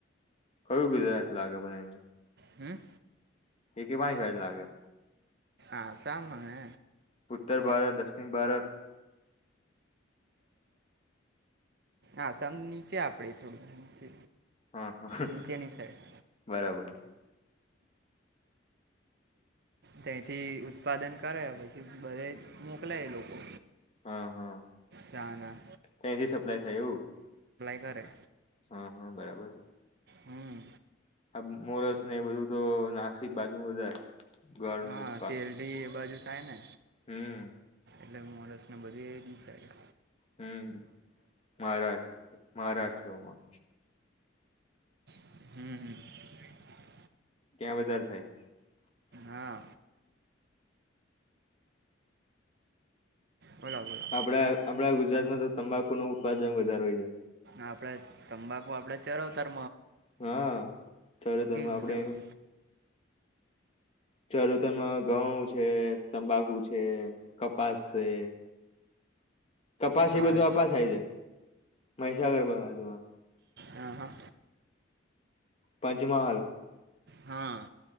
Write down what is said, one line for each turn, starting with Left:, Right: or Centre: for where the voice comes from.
Left: કયું ગુજરાત લાગેને <unintelligible>
Right: હમ
Left: એ કેવાની ખર લાગે
Right: આસામમાં હ
Left: ઉત્તર ભારત દક્ષિણ ભારત
Right: આસામ નીચે આપડે થોડું નીચે
Left: હા હા
Right: નીચેની સાઈડ
Left: બરાબર
Right: તથી ઉત્પાદન કરે પછી બધે મોકલાય એ લોકો
Left: હા હા
Right: ચાના
Left: ત્યાથી સપ્લાય થાય એવું
Right: ઘરે
Left: હા હા બરાબર છે
Right: હમ
Left: આ મોરસ ને એ બધું તો નાસિક બાજુ બધારે ઘરનું
Right: હા
Left: ક
Right: શેરડી એ બાજુ થાય ને
Left: હમ
Right: એટલે મોડસને બધી એ દસાારી
Left: હમ મહારાષ્ટ્ર મહારાષ્ટ્રમાં
Right: હમ હમ
Left: ક્યાં વધાર થાય
Right: હા બોલો બોલો
Left: આપડા આપણા ગુજરાતમાં તો તંબાકુ નું ઉત્પાદન વધારે હોય છે
Right: આપડે તંબાકુ આપડે ચરોતર
Left: હા ચરોતર માઆપડે
Right: બધું
Left: ચરોતરમા ઘઉં છે તંબાકુ છે કપાસ છે કપાસ
Right: બાજ
Left: એ બધું આપા થાય છે મહીસાગર બાજુ
Right: હા હા
Left: પંચમહાલ
Right: હા